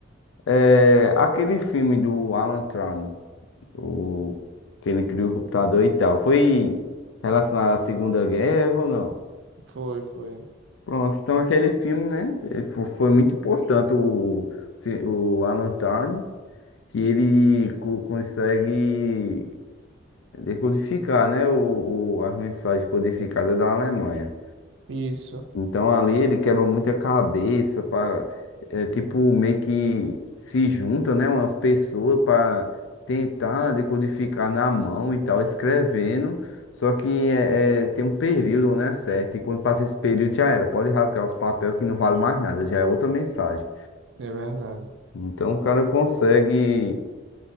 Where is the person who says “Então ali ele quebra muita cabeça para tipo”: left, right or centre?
Left